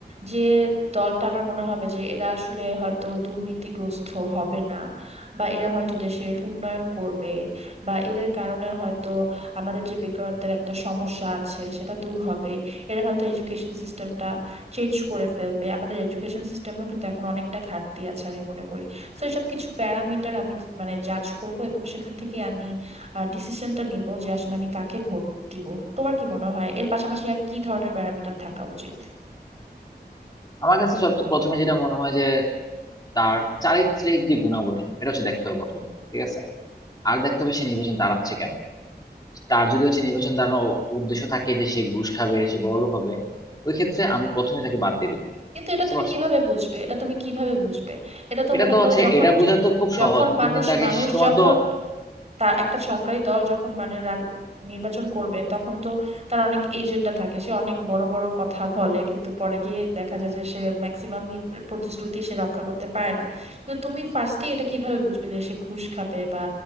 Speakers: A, on the right; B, on the left.
A: যে দলটা আমার মনে হবে যে এরা আসলে হয়তো দুর্নীতিগ্রস্ত হবে না বা এরা হয়তো দেশের উন্নয়ন করবে বা এদের কারণে হয়তো আমাদের যে বেকারত্বের একটা সমস্যা আছে সেটা দূর হবে এরা হয়তো এডুকেশন সিস্টেমটা চেঞ্জ করে ফেলবে আমাদের এডুকেশন সিস্টেমেও কিন্তু এখন অনেকটা ঘাটতি আছে আমি মনে করি তো এসব কিছু প্যারামিটার আমি মানে জাজ করব এবং সেখান থেকে আমি ডিসিশনটা নিব যে আসলে আমি কাকে ভোট দিব তোমার কি মনে হয় এর পাশাপাশি আর কি ধরনের প্যারামিটার থাকা উচিত
B: আমার কাছে সবচেয়ে প্রথমে যেটা মনে হয় তার চারিত্রিক যে গুণাবলী এটা হচ্ছে দেখতে হবে প্রথমে ঠিক আছে আর দেখতে হবে সে নির্বাচন দাঁড়াচ্ছে কেন তার যদি হচ্ছে নির্বাচন দাঁড়ানোর উদ্দেশ্য থাকে যে সে ঘুষ খাবে সে বড়লোক হবে ওই ক্ষেত্রে আমি প্রথমে তাকে বাদ দিয়ে দিব
A: কিন্তু এটা
B: বুঝতে
A: তুমি
B: পারছো
A: কিভাবে বুঝবে এটা তুমি কিভাবে বুঝবে এটা তো
B: এটা
A: মনে
B: তো
A: করো
B: হচ্ছে
A: যখন
B: এটা বোঝা তো খুব
A: যখন
B: সহজ
A: মানুষ
B: তুমি তাকে
A: মানুষ
B: তোমার
A: যখন
B: তো
A: তার একটা সরকারি দল যখন মানে রাজ- নির্বাচন করবে তখন তো তার অনেক এজেন্ডা থাকে সে অনেক বড় বড় কথা বলে কিন্তু পরে গিয়ে দেখা যায় যে সে ম্যাক্সিমামই প্রতিশ্রুতি সে রক্ষা করতে পারে না তো তুমি ফার্স্টে এটা কিভাবে বুঝবে যে সে ঘুষ খাবে বা